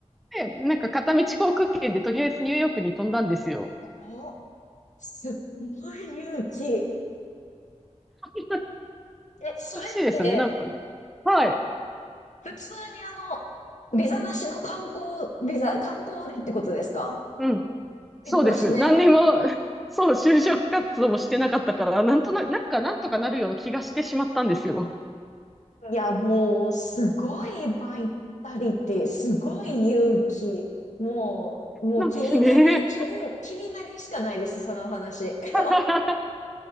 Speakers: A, in the centre; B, on the left.
A: で、なんか片道航空券でとりあえずニューヨークに飛んだんですよ。
B: お、すごい勇気。
A: <laughs>
B: え、それって、
A: おかしいですよね、なんかね。はい。
B: 普通にあの、ビザなしの観光、ビザ、観光でってことですか
A: うん。そうです。
B: ビザなしで
A: 何にも、<laughs> そう、就職活動もしてなかったから、なんとなく、なんかなんとかなるような気がしてしまったんですよ。
B: いや、もう、すごいバイタリティ、すごい勇気。もう、もう気になり、
A: なんかね。
B: 気に、気になりしかないです、その話。<laughs>
A: <laughs>